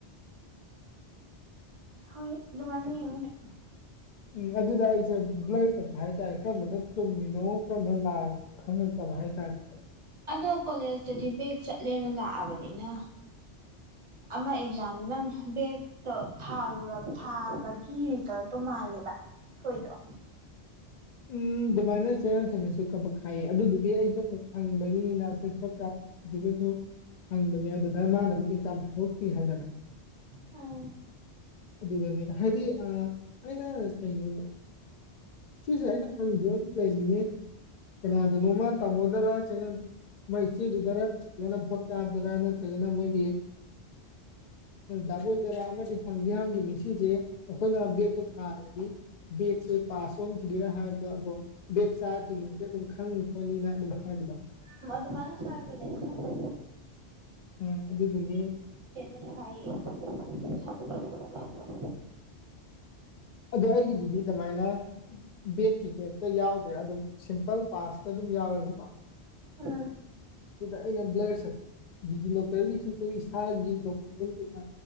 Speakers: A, on the right; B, on the left.
A: ꯍꯣꯏ ꯑꯗꯨꯃꯥꯏꯅ ꯌꯦꯡꯉꯨ ꯍꯦꯛ
B: ꯎꯝ ꯑꯗꯨꯗ ꯑꯩꯁꯦ ꯕꯂꯥꯔ ꯆꯠꯄ ꯍꯥꯏꯇꯥꯔꯦ ꯀꯔꯝꯕꯅ ꯆꯨꯝꯃꯤꯅꯣ ꯀꯔꯝꯕꯅ ꯂꯥꯛꯜꯂꯤꯅꯣ꯫ ꯈꯪꯉꯥꯛꯇꯕ ꯍꯥꯏꯇꯔꯦ꯫
A: ꯑꯗꯣ ꯀꯣꯂꯦꯖꯇꯗꯤ ꯕꯦꯒ ꯆꯠꯂꯦꯅ ꯂꯥꯛꯑꯕꯅꯤꯅ꯫ ꯑꯃ ꯑꯦꯛꯖꯥꯝꯗꯨ ꯅꯪ ꯕꯦꯛ ꯊꯥꯔꯨ ꯊꯥꯕꯒꯤ ꯔꯤꯖꯜꯇꯣ ꯃꯥꯜꯂꯦꯕ ꯊꯣꯏꯗꯣ꯫
B: ꯎꯝ ꯑꯗꯨꯃꯥꯏꯅ ꯆꯦ ꯉꯥꯟꯊꯣꯏꯅꯁꯨ ꯀꯕꯛ ꯈꯥꯏꯌꯦ ꯑꯗꯨꯗꯨꯒꯤ ꯑꯩꯁꯨ ꯍꯪꯕꯒꯤꯅꯤꯅ ꯑꯈꯣꯏ ꯕꯣꯠ <unintelligible> ꯍꯪꯕꯅꯦ ꯑꯗꯨꯗ ꯃꯥꯅ ꯑꯃꯨꯛ ꯑꯦꯛꯖꯥꯝ ꯁꯨꯗꯣꯛꯇꯔꯤ ꯍꯥꯏꯗꯅ
A: ꯑꯥ꯫
B: ꯑꯗꯨꯗꯅꯤꯅ ꯍꯥꯏꯗꯤ ꯑ ꯑꯩꯅ ꯀꯩꯅꯣ ꯁꯤꯁꯦ ꯑꯩꯅ ꯐꯪꯗ ꯂꯩꯔꯤꯅꯦ ꯀꯅꯥꯗꯅꯣꯃ ꯇꯥꯝꯃꯣꯗꯔꯥ ꯆꯦꯉꯥꯟ ꯃꯣꯏ ꯏꯆꯦꯗꯨꯗꯔ ꯅꯠꯇ꯭ꯔꯒꯅ ꯚꯣꯠ ꯀꯥꯕꯗꯔ ꯅꯠꯇ꯭ꯔꯒꯅ ꯃꯣꯏꯒꯤ ꯗꯥꯥꯥ ꯥꯕꯣꯏꯗꯔꯥ ꯑꯃꯗꯤ ꯍꯪꯗꯤ ꯍꯪꯒꯤꯃꯤ ꯁꯤꯁꯦ ꯑꯩꯈꯣꯏꯅ ꯕꯦꯒꯇꯣ ꯊꯥꯔꯗꯤ ꯕꯦꯒꯁꯦ ꯄꯁ ꯆꯣꯟꯈꯤꯗꯣꯏꯔꯥ ꯍꯥꯏꯕꯗꯣ ꯑꯗꯣ ꯕꯦꯛ ꯆꯥꯈꯤꯕꯅꯤꯁꯦ ꯑꯗꯨꯝ ꯈꯪꯅꯤ ꯈꯣꯠꯅꯤꯅ ꯑꯗꯨꯝ ꯍꯥꯏꯕꯗꯣ
A: ꯎꯝ ꯑꯗꯨꯃꯥꯏꯅ ꯍꯥꯏꯕꯅꯤ ꯈꯪꯗ
B: ꯎꯝ ꯑꯗꯨꯒꯅꯦ
A: ꯇꯦꯅꯁꯨ ꯍꯥꯏꯌꯦ ꯈꯪꯏ ꯍꯥꯏ
B: ꯑꯗꯣ ꯑꯩꯒꯤꯗꯨꯗꯤ ꯀꯃꯥꯏꯅ ꯕꯦꯛꯀꯤ ꯀꯩꯝꯇ ꯌꯥꯎꯗ꯭ꯔꯦ ꯑꯗꯨꯝ ꯁꯤꯝꯄꯜ ꯄꯥꯁꯇ ꯑꯗꯨꯝ ꯌꯥꯎꯋꯦꯕꯀꯣ꯫
A: ꯍꯥ꯫
B: ꯑꯗꯨꯗ ꯑꯩꯅ ꯕꯂ꯭ꯔ ꯆꯥꯠꯄ ꯗꯤꯖꯤꯂꯣꯀꯔꯒꯤꯁꯤꯁꯨ ꯏꯁꯥꯒꯤ ꯗꯣꯀꯨꯃꯦꯟ ꯀꯩꯀ